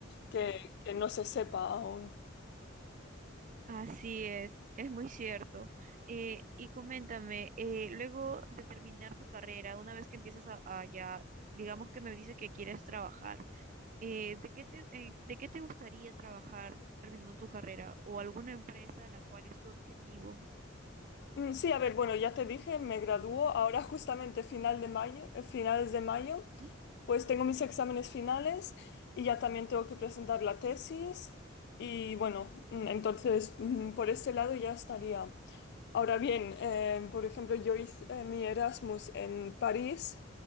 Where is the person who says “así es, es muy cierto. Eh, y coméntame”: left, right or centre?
Right